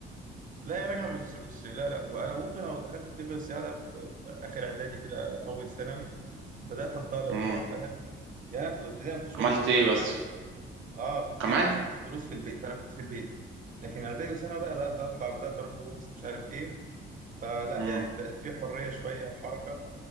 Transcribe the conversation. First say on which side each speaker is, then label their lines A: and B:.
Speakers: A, on the right (about 40°); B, on the right (about 75°).
A: لا يا راجل مش مش لا لا وانا ممكن لو دخلت في ليفل الصياعة ده في, في اخر اعدادي كده اول ثانوي بدات انطلق
B: امم
A: بقى فاهم يعني انا في ابتدائي ما كنتش
B: عملت
A: باخد دروس
B: ايه بس
A: اه في ابتدائي
B: كمان
A: ما كنتش باخد دروس في البيت فانا كنت في البيت لكن اعدادي وثانوي بقى بدات اطلع بدات اروح دروس مش عارف ايه فلا
B: امم
A: يعني بقت في حريه شويه وحركه